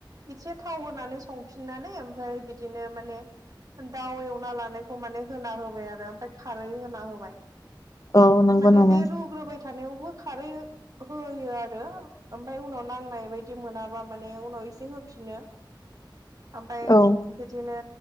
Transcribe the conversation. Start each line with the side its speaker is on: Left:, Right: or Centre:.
Right: इसे थाव होनानै संफिननानै ओमफ्राय बिदिनो माने दाउ एवना लानायखौ माने होना होबाय आरो ओमफ्राय खारै होना होबाय।
Left: औ नंगौ
Right: माने
Left: नामा
Right: बे रुग्रोबाय थानायावबो खारै होयो आरो ओमफ्राय उनाव नांनाय बायदि मोनाबा माने उनाव एसे होफिनो। ओमफ्राय
Left: औ
Right: बिदिनो